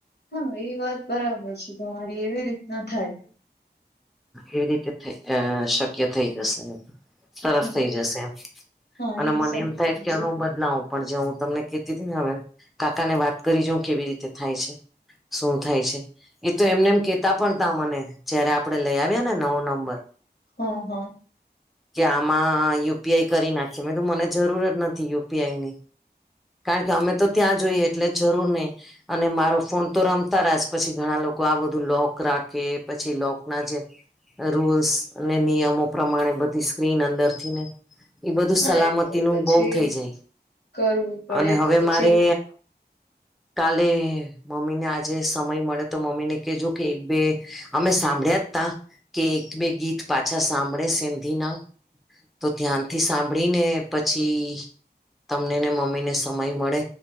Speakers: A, on the left; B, in the centre.
A: હા એ વાત બરાબર છે તમારી એવી રીતના થાય.
B: એવી રીતે થઈ શક્ય થઈ જશે. સરસ
A: હા
B: થઇ જશે
A: હા,
B: એમ
A: એ
B: મને
A: સારું
B: એમ
A: થઈ
B: થાય
A: જશે
B: કે હું બદલાવ પણ જો હું તમને કેતી હતી ને હવે કાકા ને વાત કરી જોવ કેવી રીતે થાય છે. શું થાય છે એ તો એમને એમ કેતા પણ તા મને જયારે આપડે લઈ આવ્યા ને નવો નંબર
A: હ હ.
B: કે આમાં યુ પી આઈ કરી નાખીએ મે તું મને જરૂર જ નથી યુ પી આઈ ની કારણ કે અમે તો ત્યાં જોઈએ એટલે જરૂર નહી. અને મારો ફોન તો રમતા રાસ પછી ઘણા લોકો આ બધું લોક રાખ ખે પછી લોક ના જે રૂલ્સ અને નિયમો પ્રમાણે બધી સ્ક્રીન અંદરથી ને એ બધું
A: હા
B: સલામતી
A: એ તો
B: નું
A: પછી
B: બઉ થઇ જાય.
A: કરવું પડે
B: અને
A: એ
B: હવે
A: તો પછી
B: મારે કાલે મમ્મી ને આજે સમય મળે તો મમ્મી ને કજો કે એક બે અમે સાંભળ્યા જ તા કે એક બે ગીત પાછા સાંભળે સેંધી ના તો ધ્યાનથી સાંભળીને પછી તમને ને મમ્મીને સમય મળે